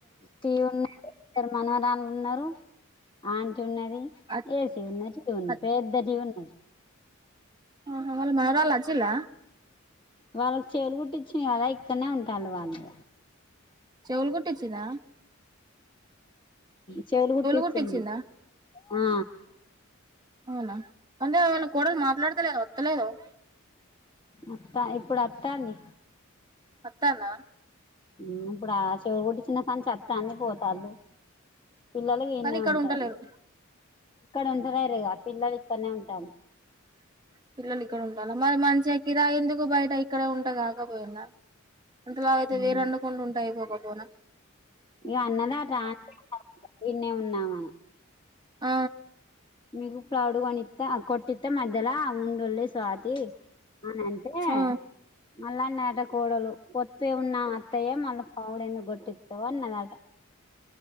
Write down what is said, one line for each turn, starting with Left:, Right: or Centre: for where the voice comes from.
Left: టీ ఉన్నది ఇద్దరు మనవరాళ్ళు ఉన్నరు అ ఉన్నది
Right: అ
Left: ఏసీ ఉన్న టీవున్న
Right: అ
Left: పెద్ద టీవున్నది
Right: ఆహా మీ నాన్నోళ్ళు వచ్చిల్లా
Left: వాళ్ళకి చెవులు కుట్టిచ్చిన కదా ఇక్కడనే ఉంటాన్లు వాళ్ళు
Right: చెవుల్ కుట్ కుట్టిచిర్రా
Left: చెవులు కుట్టిపిచ్చిన్లు
Right: కుట్టిచ్చిందా
Left: ఆ
Right: అవునా అదే వాళ్ళ కోడల్ మాట్లాడత్ ఒత్తలేదో ఒత్తలేదో
Left: అత్తా ఇప్పుడు ఒత్తాంది.
Right: ఒత్తాందా.
Left: ఊ ఇప్పుడా ఆ చెవులు కొట్టిచ్చిన కాంచీ ఒత్తాంది పోతాన్లు. పిల్లలు ఈడనే
Right: కానీ ఇక్కడ
Left: ఉంటాన్రు
Right: ఉంటలేరు
Left: ఇక్కడ ఉంటలేరు ఇగా పిల్లలు ఇక్కడనే ఉంటాన్రు.
Right: పిల్లలు ఇక్కడ ఉంటాన్లా మరి మంచిగ కిరాయి ఎందుకు బయట ఇక్కడే ఉంట కాకపోయిందా. అంతలావయితే
Left: ఉమ్
Right: వేరొండుకొండుంటే అయిపోవ్ పో పోనా
Left: ఇగ అన్నదే అటు ఆంటీ <inaudible> ఈడనే ఉందామని.
Right: ఆ
Left: మీకు ప్రౌడ్ కొన్నిత్తా కొట్టిత్తే మధ్యలా ఉండుల్లి స్వాతి అని అంటే
Right: ఆ
Left: మళ్ళా నేట కోడలు పొత్తు ఏ ఉన్నాం అత్తయ్య మల్ల పౌడెందుకు కొట్టితవ్ అన్నదట.